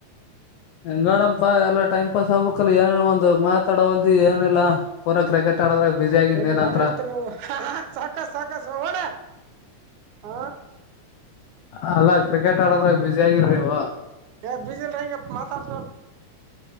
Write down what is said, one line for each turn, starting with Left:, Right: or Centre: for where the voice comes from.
Left: ಹೆಂಗಡಪಾ ಎಲ್ಲ ಟೈಮ್ ಪಾಸ್ ಆಗ್ಬೇಕಕ್ಲ್ಲ ಏನೇನೋ ಒಂದು ಮಾತಾಡ.. ಲ್ದಿ ಏನಿಲ್ಲ ಪೂರ ಕ್ರಿಕೆಟ್.. ಆಡದ್ರಾಗ ಬಿಸಿ ಆಗಿದ್ನೇನಂತ್ರ
Right: ಬೆನ್ನಿ ಬಯ ಆಡ್ತರಿ ನೀವು ಸಾಕು ಸಾಕಸ್ ಡ ಹ.
Left: ಅಲ್ಲಾ ಕ್ರಿಕೆಟ್ ಆಡದ್ರಾಗ ಬಸಿ ಆಗಿರ ನೀವು..
Right: ಏ ಬೀಜಿಲ್ರ ಹೆಂಗೆ ಮಾತಾಡ್ತ..